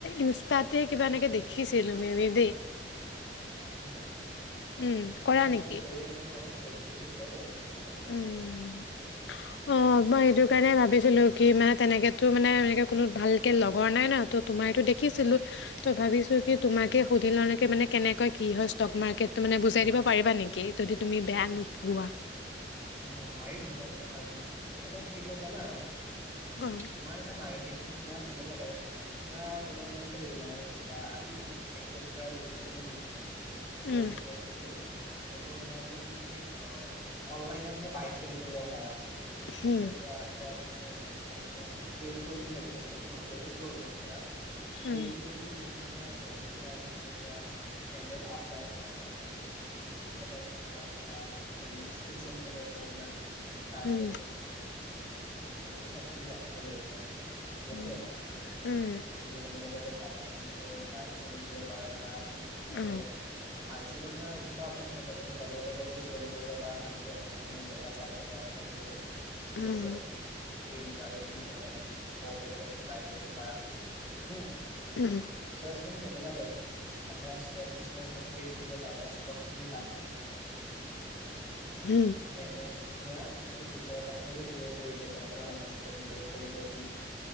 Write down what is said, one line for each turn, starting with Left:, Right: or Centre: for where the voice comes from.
Left: ইনষ্টাতে কিবা এনেকে দেখিছিলো মে বি দেই
Right: উম্
Left: উম, কৰা
Right: অ
Left: নেকি?
Right: মই কৰি আছো বাৰু ট্ৰেডিং স্ৰেডিং কৰো বাৰু ষ্টক মাৰ্কেটত
Left: উম, অ মই এইটোৰ কাৰণে ভাবিছিলো কি, মানে তেনেকেটো মানে এনেকে ভালকে লগৰ নাই না তোমাৰ এইটো দেখেছিলো টো ভাবিছো কি তোমাকেই সুধিলোওঁ নেকি মানে কেনেকৈ কি হয় ষ্টক মাৰ্কেটটো মানে বুজাই দিব পাৰিবা নেকি যদি, তুমি বেয়া নোপোৱা
Right: অ পাৰিম বাৰু পাৰিম, মানে কি হয় জানা
Left: অ'
Right: তোমাৰ এনে মাৰ্কেট সেইখন ধৰা কেনেকুৱা টাইপ, ধৰা তোমাৰ যেনেকে ৰিলায়েঞ্চ বা আদি একছেটৰা যি কোনো বস্তু
Left: উম,
Right: গল্ড চল্ড এইবোৰ সেইবোৰ ধৰা তুমি আ অনলাইনত ধৰ বাই চেল কৰিব পাৰা
Left: হুম,
Right: ধৰিলোৱা এতিয়া তু <unintelligible> সেইটো ট্ৰেড কৰিম বুলি ভাবিছা নেকি, আচ্ছা মই ট্ৰেডিং কৰো ধৰা
Left: উম,
Right: ট্ৰেড কৰিম বুলি ভাবিছা এ ধৰা কি এটা মানে কেণ্ডেল আপ ডাউন হয় দেন তুমি শিকিব লাগিব ধৰা candles <unintelligible> sir patterns, analysis
Left: um,
Right: এইবোৰ চব তুমি জানিব লাগিব। ঠিক আছে
Left: উম উম।
Right: সেইবোৰ <unintelligible> বাই <unintelligible> কৰিব পাৰা ধৰা। <inaudible> <unintelligible> দুটা
Left: অ',
Right: অপশ্যন থাকে একেবাৰে তললৈ গলেও চেল কৰিব পাৰা ভাল কেপশ্বন মানে জেগা চাই পেলাই কেপশ্যনবোৰ ঠিক
Left: উম,
Right: আছে? <unintelligible> বুলি কয়। দেন, ঘৰলে গ'লে তুমি বাই কৰিব পাৰা। হম!
Left: উম,
Right: চোৱাচোন, তেনেকুৱা টাইপ <unintelligible> ছা ফিউচাৰৰ কাৰণে
Left: উম,
Right: দেন ধৰা, এই ফিউচাৰৰ কাৰণে গ্ৰ' কৰিব ধৰা, তোমাৰ লাগিছে। দেনটো কৰিবয়েই তু।